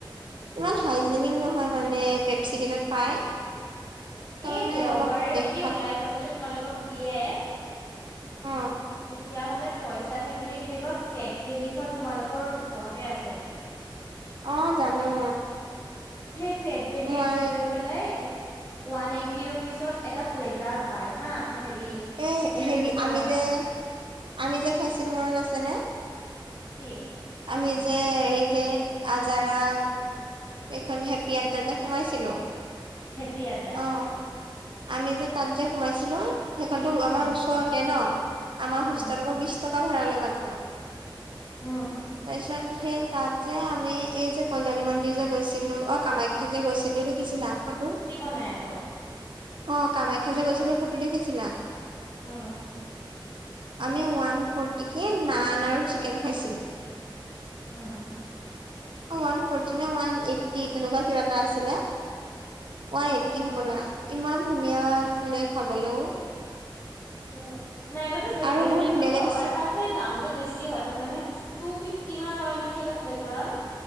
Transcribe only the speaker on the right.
ইমান হাইজেনিক নহয় মানে, পেপচি কেইটাত পাই তাৰমানে
অলপ দেখাত
অ',
অ জানো।
মই
এই
হেৰি আমি
যে আমি যে খাইছিলো, মনত আছে নে?
আমি যে, এই যে, আজাৰাত এইখন হেপী আড্ডা যে সোমাইছিলো
অ'। আমি যে তাত যে সোমাইছিলো, সেইখনো
আমাৰ ওচৰতে ন, আমাৰ
হোষ্টেলৰ বিশ টকা ভাড়ালৈ মাত্ৰ।
তাছত সেই তাত যে আমি এই যে কলণী মন্দিৰ যে গৈছিলো, অ' কামাখ্যা এে গৈছিল, দেখছিল <unintelligible> না ক তটো
অঁ, কামাখ্যা যে গৈছিলোো, ফটো দেখিছিলা?
আমি ওৱান ফ'ৰটিকে, নান আৰু চিকেন খাইছিলোঁ।
ওৱান ফৰ্টি নে ওৱান এইটটি, তেনেকুৱা কিবা এটা আছিলে, ওৱান এইটটি হবলা, ইমান ধুনীয়া আছিলে খাবলৈও।
আৰু বহুত ধুনীয়াকে
দিছে